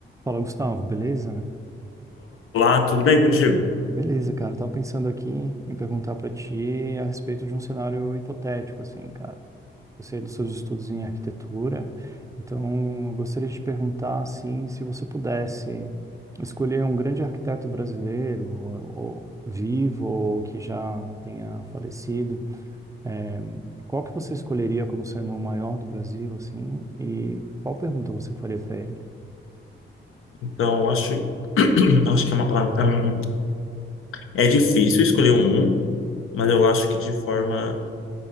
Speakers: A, on the right; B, on the left.
A: Fala, Gustavo, beleza?
B: Olá, tudo bem contigo?
A: Beleza, cara. Eu tava pensando aqui em perguntar pra ti a respeito de um cenário hipotético, assim, cara. Eu sei dos seus estudos em arquitetura, então eu gostaria de te perguntar, assim, se você pudesse escolher um grande arquiteto brasileiro, ou, ou vivo, ou que já tenha falecido, eh, qual que você escolheria como sendo o maior do Brasil, assim, e qual pergunta você faria pra ele?
B: Então, acho, <clears throat> acho que é uma palavra. É, um- é difícil escolher um, mas eu acho que de forma